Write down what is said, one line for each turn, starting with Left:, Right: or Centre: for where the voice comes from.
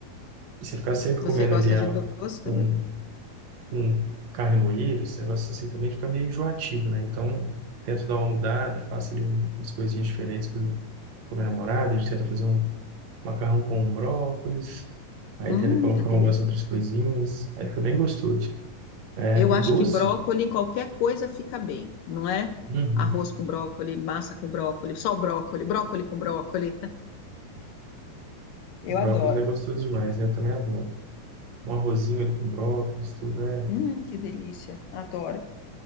Right: e você ficar sempre
Left: Você
Right: comendo
Left: gosta
Right: ali ó,
Left: de doce também?
Right: um com carne moída, esse negócio assim também fica meio enjoativo, né? Então, tento dar uma mudada, faço ali um- umas coisinhas diferentes com, com minha namorada, a gente tenta fazer um macarrão com brócolis, aí
Left: Hum,
Right: tenta colocar
Left: que
Right: umas
Left: delícia.
Right: outras coisinhas, aí fica bem gostoso. É,
Left: Eu
Right: e
Left: acho
Right: doce,
Left: que brócolis em qualquer coisa fica bem, não é?
Right: uhum.
Left: Arroz com brócolis, massa com brócolis, só brócolis, brócolis com brócolis. Eu
Right: Brócolis
Left: adoro.
Right: é gostoso demais, né? eu também adoro. Um arrozinho ali com brócolis, tudo é...
Left: Hum, que delícia. Adoro.